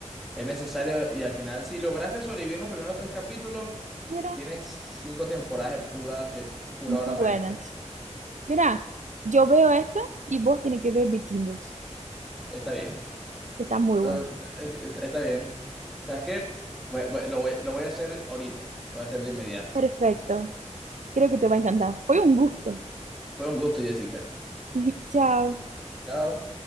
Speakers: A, in the centre; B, on the right.
A: Es necesario y al final, si lograste sobrevivir los primeros tres capítulos,
B: Mira,
A: Tienes cinco temporadas de pura, de pura
B: muy
A: obra maestra.
B: buenas. Mira, yo veo esta y vos tienes que ver Vikingos,
A: Está bien.
B: que está muy
A: Eh,
B: buena.
A: es- es- está bien. ¿Sabes qué? Voy- voy- lo voy, lo voy a hacer ahorita. Lo voy a hacer de inmediato.
B: Perfecto. Creo que te va a encantar. Fue un gusto.
A: Fue un gusto, Jessica.
B: <laughs> Chao.
A: Chao.